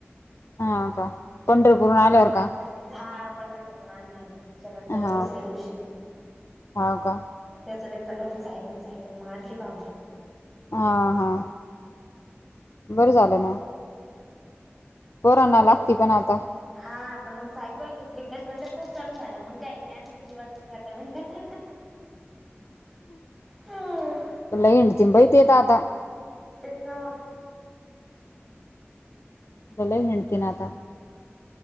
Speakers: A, on the left; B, in the centre.
A: हा काय पंढरपूर
B: हम्म
A: आलावर काय,
B: हा, पंढरपूर आणले मि त्यानंतर
A: हाव
B: दुसऱ्या दिवशी
A: हाव का
B: त्याच चाल होत. सायकल मग आणली बाबजीत,
A: हां हां बरं झालं ना? पोराणा
B: पण मग
A: लागती पण आता,
B: हा, पण मग सायकल घेतली आणि त्याच्यानंतर पाऊस चालू झाला मग काय आणखी जीवाचच घटना घटना. हम्?
A: लय हिंडीन बाई ते दादा.
B: तेच ना मग,
A: लय हिणतीन आता.